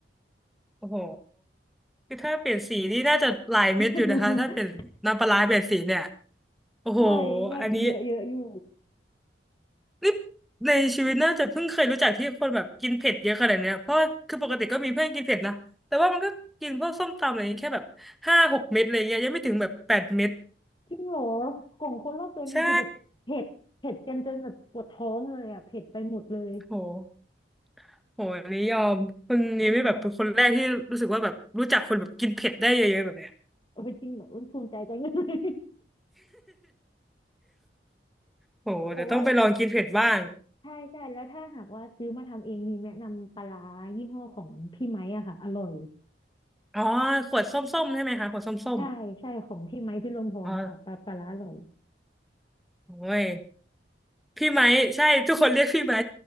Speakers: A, in the centre; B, on the left.
A: โอ้โหคือถ้าเปลี่ยนสีนี่น่าจะหลายเม็ดอยู่นะคะถ้าเป็นน้ำปลาร้าเปลี่ยนสีเนี่ย
B: <laughs>
A: โอ้โห
B: ใช่น่าเยอะเยอะอยู่
A: อันนี้นี่ในชีวิตน่าจะเพิ่งเคยรู้จักที่คนแบบกินเผ็ดเยอะขนาดเนี้ยเพราะว่าคือปกติก็มีเพื่อนกินเผ็ดนะแต่ว่ามันก็กินพวกส้มตำอะไรอย่างเงี้ยแค่แบบห้าหกเม็ดอะไรเงี้ยยังไม่ถึงแบบแปดเม็ด
B: จริงเหรอของคนรอบตัวยังคือแบบเผ็ดเผ็ดกันจนแบบปวดท้องเลยอ่ะเผ็ดไปหมดเลย
A: ใช่โหโหอันนี้ยอมคนนี้ไม่แบบเป็นคนแรกที่รู้สึกว่าแบบรู้จักคนแบบกินเผ็ดได้เยอะๆแบบเนี้ย
B: อืมโอ้ยจริงเหรออุ้ยภูมิใจจังเลย <laughs>
A: โหเดี๋ยวต้องไปลองกินเผ็ดบ้าง
B: แต่ว่า ใช่ใช่แล้วถ้าหากว่าซื้อมาทำเองมีแนะนำปลาร้ายี่ห้อของพี่ไม้อะค่ะอร่อย
A: อ๋อขวดส้มๆใช่ไหมคะขวดส้ม
B: ใช่ใช่ของพี่ไม้พี่ลมพรนะคะปลาปลาร้าอร่อย
A: ๆอ๋อโอ้ย พี่ไม้ใช่ทุกคนเรียกพี่ไม้